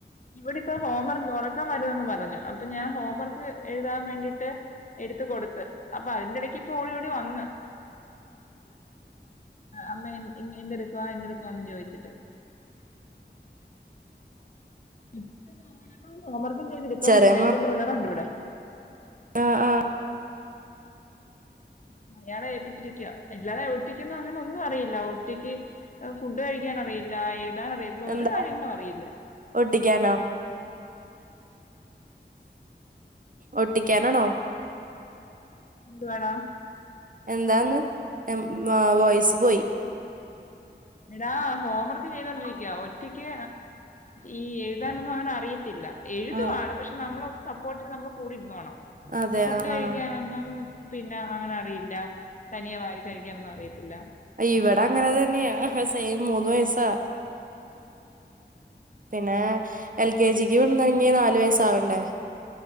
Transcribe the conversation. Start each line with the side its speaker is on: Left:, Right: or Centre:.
Left: ഇവടെ ഇപ്പോ ഹോംവർക്ക് ഒറക്കം വരുന്നന്ന് പറഞ്ഞു അപ്പൊ ഞാൻ ഹോംവർക്ക് എഴുതാൻ വേണ്ടിട്ട് എടുത്ത് കൊടുത്ത് അപ്പൊ അതിന്റെ ഇടക്ക് ഇപ്പൊ ഓടി ഓടി വന്ന്. അമ്മേ ഇ ഇനി എന്തെടുക്കുവാ എന്തെടുക്കുവാന്ന് ചോദിച്ചിട്ട്. <unintelligible> ഹോംവർക്കും ‌ ചെയ്ത് ഇപ്പം
Right: ചെറിയ
Left: എന്റെ ബ്രദർ ഉണ്ട് ഇവിടെ.
Right: ആ ആഹ്.
Left: അയാളെ ഏൽപ്പിച്ചിരിക്കുവാ അല്ലാതെ എവ്ട്ത്തി ക്ക്ന്നു അങ്ങനെ ഒന്നും അറിയില്ല ഒറ്റക്ക് ഫുഡ് കഴിക്കാൻ അറിയില്ല എഴുതാൻ അറിയ
Right: എന്താ
Left: ഒരു കാര്യങ്ങളും അറിയില്ല.
Right: ഒട്ടിക്കാനോ? ഒട്ടിക്കാനാണോ?
Left: എന്തു വാടാ?
Right: എന്താന്ന് ഉം വോയിസ് പോയി.
Left: എടാ ഹോംവർക്ക് ചെയ്തോണ്ടിരിക്കുവാ ഒറ്റക്ക് ഈ എഴുതാനൊന്നും അങ്ങനെ അറിയ ഇല്ല എഴുതും
Right: ആഹ്
Left: ആള് പക്ഷെ നമ്മളൊന്ന് സപ്പോർട്ടിന് നമ്മള് കൂടിരുന്നോണം
Right: അതെ
Left: ഫുഡ്
Right: ആഹ്
Left: കഴിക്കാ
Right: ആഹ്
Left: ന്നും പിന്നെ അങ്ങനെ അറിയില്ല തനിയെ വാരി കഴിക്കാനൊന്നും അറിയത്തില്ല.
Right: ഇവടെ അങ്ങനെ തന്നെയാ സെയിം മൂന്ന് വയസ്സാ. പിന്നെ എൽ കെ ജിക്ക് വിടുന്നെങ്കി ന്നാലു വയസ്സാ ആാവണ്ടേ.